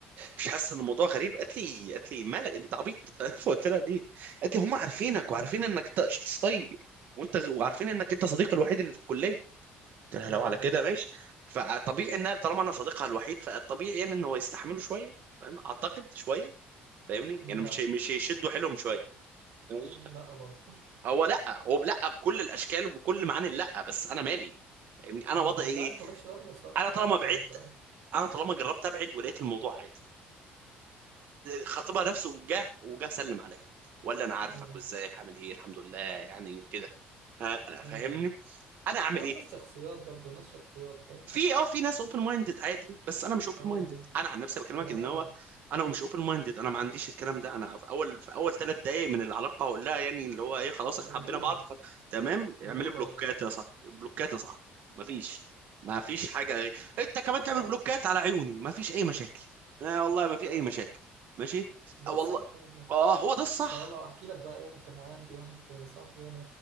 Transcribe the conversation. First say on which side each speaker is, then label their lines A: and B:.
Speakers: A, on the right (about 50°); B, on the right (about 85°).
A: مش حاسه ان الموضوع غريب قالت لي قالت لي مالك انت عبيط <laughs> فقلت لها ليه قالت لي هم عارفينك
B: مم.
A: وعارفين انك ط- شخص طيب يعني. وانت غ- وعارفين انك انت صديقي الوحيد اللي في الكليه قلت لها
B: اه
A: لو على كده
B: فاهم
A: ماشي فطبيعي انها طالما انا صديقها الوحيد فالطبيعي يعني ان هو يستحملوا شويه فاهم اعتقد شويه فاهمني
B: مم،
A: يعني مش
B: لا
A: هي- مش هيشدوا حيلهم شويه فاهمني؟
B: مم، لا برضه
A: هو لا هو لا بكل الاشكال وبكل معاني لا بس انا مالي فاهمني
B: مم،
A: انا وضعي ايه
B: لا انت مالكش دعوه صح
A: انا
B: لا
A: طالما
B: انت
A: بعدت
B: انت
A: انا طالما جربت ابعد ولقيت الموضوع عادي خطيبها نفسه جه وجه سلم عليا ولا انا عارفك
B: مم.
A: وازيك عامل ايه الحمد لله يعني وكده ها
B: مم.
A: فاهمني انا اعمل
B: هو
A: ايه
B: الناس شخصيات برضه الناس شخصيات فاهم
A: في اه في ناس اوبن مايندد عادي بس انا مش اوبن
B: اه آه.
A: مايندد انا عن نفسي بكلمك
B: ولا
A: ان
B: انا
A: هو انا مش اوبن مايندد انا ما عنديش الكلام ده انا في اول في اول ثلاث دقائق من العلاقه اقول لها يعني اللي هو ايه خلاص احنا
B: رجوله
A: حبينا بعض خلاص. تمام
B: رجوله
A: اعملي بلوكات
B: والله
A: يا صاحبي بلوكات يا صاحبي ما فيش ما فيش حاجه غير انت كمان تعمل
B: صح
A: بلوكات على عيوني ما فيش اي مشاكل آه والله ما
B: صح
A: في اي مشاكل ماشي
B: ده
A: اه والله
B: صح والله
A: اه هو ده الصح
B: لو لو احكي لك بقى إيه، انا كان عندي واحد صاحبي وانا